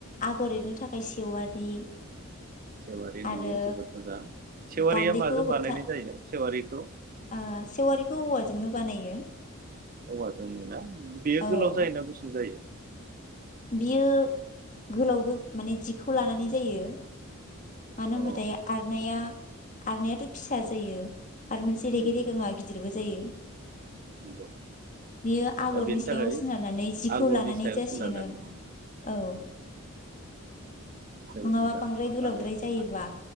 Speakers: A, on the left; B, on the right.
A: आगर एरनो थाखाय सेवारि।
B: सेवारि नोंगौ
A: आरो
B: जोबोद मोजां सेवारिया
A: गान्दैखौ
B: माजों बानायनाय
A: होबथा
B: जायो? सेवारिखौ
A: ओ सेवारिखौ औवाजोंनो बानायो
B: औवाजोंनोना बेयो
A: औ
B: गोलाव जायोना गुसुं जायो?
A: बियो गोलावबो माने जिखौ लानानै जायो मानो
B: अ
A: होनबाथाय आर'नाया आर'ननायाथ' फिसा जायो आरो मोनसे
B: नंगौ
A: रेगे रेगोङआ गिदिरबो जायो।
B: नंगौ
A: बेयो आगरनि
B: बेनि थाखाय
A: सायाव सोनारनानै जिखौ
B: आगरनि
A: लानानै
B: सायाव
A: थिगैनो
B: सोनारनानै
A: औ
B: जोबोद
A: नङाबा
B: मोजां
A: बांद्राय गोलावद्राय
B: आरो
A: जायोबा